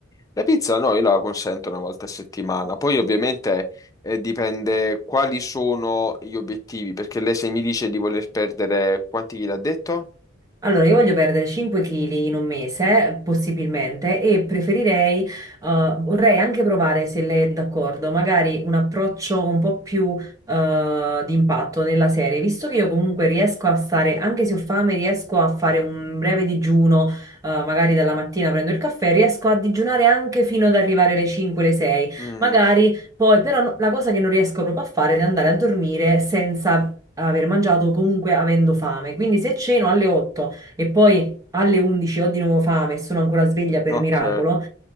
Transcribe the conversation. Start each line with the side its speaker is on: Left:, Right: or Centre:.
Left: La pizza no, io la consento una volta a settimana, poi ovviamente eh, dipende quali sono gli obiettivi, perché lei se mi dice di voler perdere quanti chili ha detto?
Right: Allora, io voglio perdere 5 kg in un mese, possibilmente, e preferirei, eh, vorrei anche provare, se lei è d'accordo, magari un approccio un po' più, eh, di impatto nella serie, visto che io comunque riesco a stare, anche se ho fame, riesco a fare un breve digiuno, eh, magari dalla mattina prendo il caffè, riesco a digiunare anche fino ad arrivare alle 5, alle 6,
Left: Mm,
Right: magari poi, però no- la cosa che non riesco proprio a fare è andare a dormire senza... aver mangiato o comunque avendo fame, quindi se ceno alle 8 e poi alle 11 ho di nuovo fame e sono ancora sveglia per
Left: ok,
Right: miracolo,